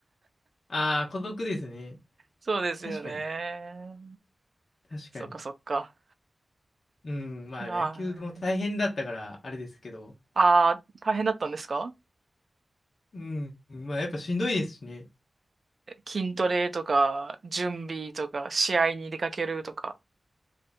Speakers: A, on the left; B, on the right.
A: ああ、孤独ですね。
B: そうですよね。
A: 確かに、確かに。
B: そっかそっか。
A: うん、まあ、
B: あ
A: 野球も大変だったから、あれですけど、
B: あ、あー大変だったんですか
A: うん、まあ、やっぱしんどいですしね。
B: 筋トレとか、準備とか、試合に出かけるとか。